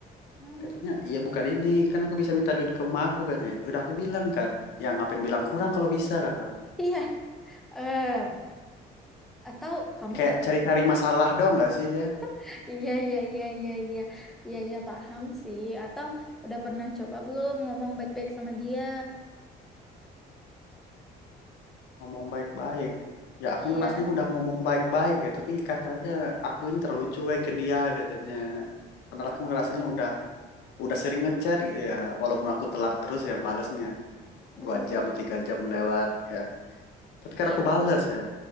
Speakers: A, in the centre; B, on the left (about 80°).
A: Hmm,
B: katanya iya bukan ini kan aku bisa minta duit ke emak aku katanya udah aku bilang kan yang ngapain bilang kurang kalau bisa kata
A: iya, eh atau kamu
B: kayak
A: udah pernah?
B: cari-cari masalah doang gak sih dia
A: <laughs> Iya iya iya iya iya iya iya paham sih. Atau udah pernah coba belum ngomong baik-baik sama dia?
B: ngomong baik-baik ya aku
A: Iya,
B: ngerasnya udah ngomong baik-baik ya tapi katanya aku ini terlalu cuek ke dia katanya karena
A: hmm?
B: aku ngerasanya udah udah sering ngechat gitu ya walaupun aku telat terus yang balesnya
A: Hmm,
B: dua
A: bi-
B: jam atau tiga jam lewat ya tapi
A: iya.
B: kan aku bales ya